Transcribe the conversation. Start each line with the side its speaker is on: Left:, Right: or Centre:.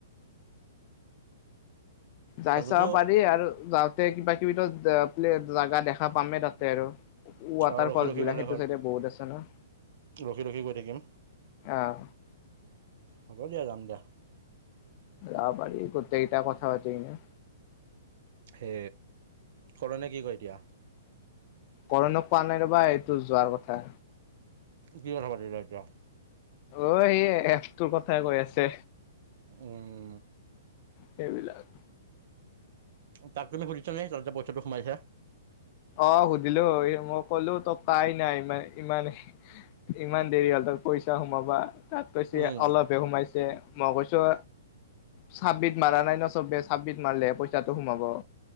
Left: যাই
Right: তাতেতো
Left: চাব পাৰি আৰু যাওক। তাতে কিবা কিবি প্লে জেগা দেখা পামেই তাতে আৰু। ৱাটাৰ
Right: অ' ৰখি
Left: ফলছ
Right: ৰখি
Left: বিলাক
Right: গ'লে
Left: সেইটো
Right: হ'ল
Left: চাইড বহুত আছে ন।
Right: ৰখি ৰখি গৈ থাকিম
Left: অঁ।
Right: হ'ব দিয়া যাম দিয়া।
Left: জাৱ পাৰি গোটেইকেইটা কথা পাতি কিনে-
Right: হে ফৰনে কি কয় এতিয়া?
Left: কৰণক কোৱা নাই ৰবা এইটো যোৱাৰ কথা।
Right: কি কথা পাতিলা এতিয়া।
Left: অঁ হি এ'প টো কথাই কৈ আছে।
Right: উমঁ!
Left: সেইবিলাক।
Right: তাক তুমি সুধছাে নেকি যত যে পইচাটো সোমাইছে।
Left: অঁ সুধিলো মই কলো তই কাই নাই ইমান ইমান ইমান দেৰি হ'ল তাৰ পইচা সোমাবা। তাত কৈছে
Right: উম,
Left: অলপ হে সোমাইছে মই কৈছোঁ। চাবমিট মাৰা নাই ন চবে চাবমিট মাৰিলহে পইচাটো সোমাব